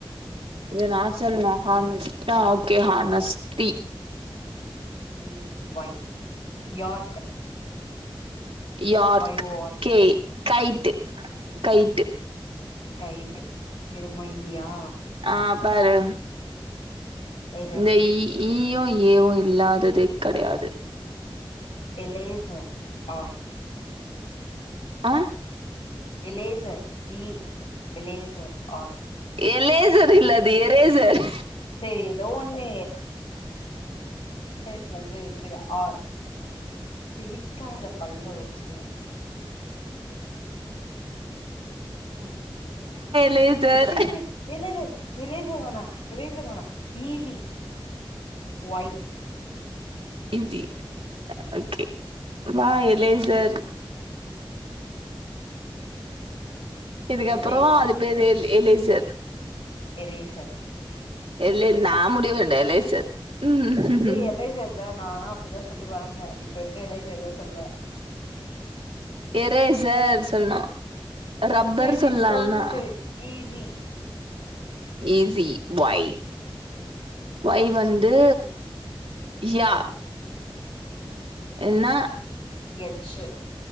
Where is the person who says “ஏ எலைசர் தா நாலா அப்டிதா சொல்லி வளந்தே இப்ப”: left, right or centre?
Left